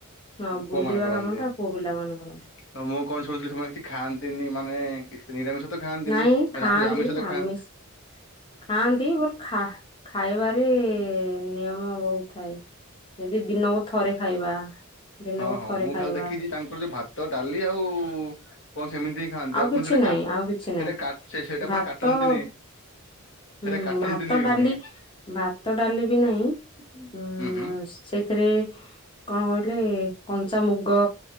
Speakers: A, on the left (about 25°); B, on the left (about 60°).
A: ହଁ
B: ପୁଅ
A: ବୁଲିବା
B: ମାନେ କରନ୍ତି।
A: କାମ ଟା ପୁଅ ପିଲାମାନେ କରନ୍ତି।
B: ତ ମୁଁ କଣ ଶୁଣୁଥିଲି ସେମାନେ କିଛି ଖାଆନ୍ତିନି। ମାନେ ଇଶ ନିରାମିଷ ତ ଖାଆନ୍ତିନି,
A: ନାଇଁ ଖାଆନ୍ତି
B: ଆ-ଆମିଷତ
A: ଆମିଷ
B: ଖାଆ
A: ଖାଆନ୍ତି। ବର୍ ଖା- ଖାଇବାରେ-ଏ ନିୟମ ବହୁତ ଥାଏ, ଯଦି ଦିନକୁ ଥରେ ଖାଇବା। ଦିନକୁ
B: ହଁ ହଁ
A: ଥରେ
B: ମୁଁ
A: ଖାଇବା
B: ଖାଲି ଦେଖିଛି, ତାଙ୍କର ଯୋଉ ଭାତ, ଡାଲି ଆଉ- ଉ -ଉ କଣ ସ ସେମିତି ହିଁ ଖାଆନ୍ତି, ଆଉ
A: କିଛି
B: କଣ ସେଟା
A: ନାହିଁ
B: କାଟ୍
A: ଆଉ କିଛି ନାହିଁ।
B: ସେଟା କାଟ୍ ସେ ସେଇଟା
A: ଭାତ
B: ପୁଣି କାଟନ୍ତିନି।
A: ହୁଁ,
B: ସେଇଟା
A: ହୁଁ
B: କାଟନ୍ତିନି
A: ଭାତ
B: ବି
A: ଡାଲି,
B: ପୁଣି
A: ଭାତ ଡାଲି ବି ନାଇଁ। ଉଁ-ଉଁ-ଅ
B: ହୁଁ ହୁଁ
A: ସେଇଥିରେ କଣ କହିଲେ-ଏ? କଞ୍ଚାମୁଗ